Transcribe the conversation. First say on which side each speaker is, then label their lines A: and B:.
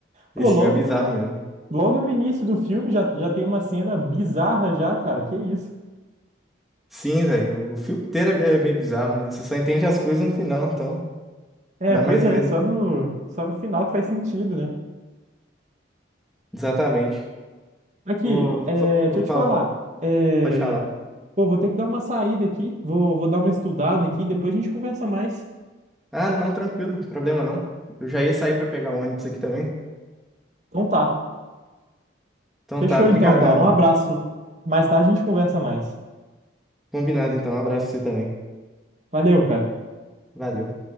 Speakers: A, in the centre; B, on the right.
A: Esse
B: Pô, logo
A: filme é bizarro
B: no, no-
A: mesmo.
B: logo no início do filme já, já tem uma cena bizarra já, cara. Que isso?
A: Sim, velho. O o filme inteiro é é meio bizarro, né? Você só entende as coisas no final, então
B: É,
A: dá
B: pois
A: mais
B: é,
A: medo.
B: só no, só no final que faz sentido, né?
A: Exatamente.
B: Aqui,
A: Ô,
B: é,
A: Fa- ô
B: deixa
A: Paulo,
B: eu te falar. É,
A: pode falar.
B: pô, vou ter que dar uma saída aqui. Vou, vou dar uma estudada aqui. Depois a gente conversa mais.
A: Ah, não, tranquilo, problema não. Eu já ia sair pra pegar o ônibus aqui também.
B: Então tá.
A: Então
B: Fechou
A: tá, brigadão,
B: então, cara.
A: mano.
B: Um abraço. Mais tarde a gente conversa mais.
A: Combinado então, um abraço pra você também.
B: Valeu, cara.
A: Valeu.